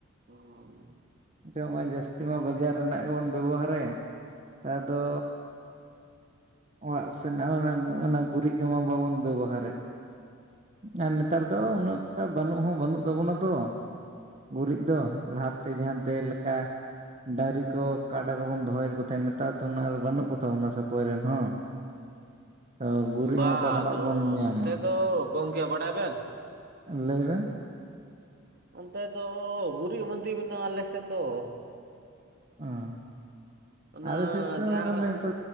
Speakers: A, on the right (about 50°); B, on the right (about 30°).
A: ᱦᱩᱸ᱾
B: ᱱᱤᱛᱚᱜ ᱢᱟ ᱡᱟᱹᱥᱛᱤ ᱢᱟ ᱵᱟᱡᱟᱨ ᱨᱮᱱᱟᱜ ᱜᱮᱵᱚᱱ ᱵᱮᱵᱚᱦᱟᱨᱮᱫ᱾ ᱛᱟᱨ ᱫᱚ ᱚᱲᱟᱜ ᱥᱮᱱᱟᱜ ᱦᱚᱸ ᱱᱟᱜ ᱚᱱᱟ ᱜᱩᱨᱤᱡ ᱠᱚᱢᱟ ᱵᱟᱵᱚᱱ ᱵᱮᱵᱚᱦᱟᱨᱮᱫ᱾ ᱟᱨ ᱱᱮᱛᱟᱨ ᱫᱚ ᱩᱱᱟᱹᱜ ᱮᱴᱟᱜ ᱵᱟᱹᱱᱩᱜ ᱦᱚᱸ ᱵᱟᱹᱱᱩᱜ ᱛᱟᱵᱚᱱᱟ ᱛᱚ᱾ ᱜᱩᱨᱤᱡ ᱫᱚ ᱞᱟᱦᱟᱛᱮ ᱡᱟᱦᱟᱸ ᱛᱮ ᱞᱮᱠᱟ ᱰᱟᱝᱨᱤ ᱠᱚ, ᱠᱟᱰᱟ ᱠᱚ ᱵᱚᱱ ᱫᱚᱦᱚᱭᱮᱫ ᱠᱚ ᱛᱟᱦᱮᱸᱫ᱾ ᱱᱮᱛᱟᱨ ᱛᱚ ᱚᱱᱟᱹᱜ ᱟᱨ ᱵᱟᱹᱱᱩᱜ ᱠᱚ ᱛᱟᱵᱚᱱᱟ ᱥᱮ ᱚᱠᱚᱭᱨᱮᱱ ᱦᱚᱸ᱾ ᱛᱚ ᱜᱩᱨᱤᱡ
A: ᱵᱟ
B: ᱦᱚᱸ ᱚᱠᱟ ᱠᱷᱚᱱᱟᱜ
A: ᱟᱫᱚ
B: ᱵᱚᱱ ᱧᱟᱢᱟ?
A: ᱚᱱᱛᱮ ᱫᱚ ᱜᱚᱝᱠᱮ ᱵᱟᱰᱟᱭ ᱵᱮᱱ
B: ᱞᱟᱹᱭ ᱵᱮᱱ᱾
A: ᱚᱱᱛᱮ ᱫᱚ ᱜᱩᱨᱤᱡ ᱵᱟᱺᱫᱤ ᱢᱮᱱᱟᱜ-ᱟ ᱟᱞᱮᱥᱮᱫ ᱫᱚ᱾
B: ᱚᱸ
A: ᱚᱱᱟ
B: ᱟᱞᱮ ᱥᱮᱫ ᱫᱚ
A: ᱡᱟᱦᱟᱸ
B: ᱢᱟᱱᱮ ᱱᱤᱛᱚ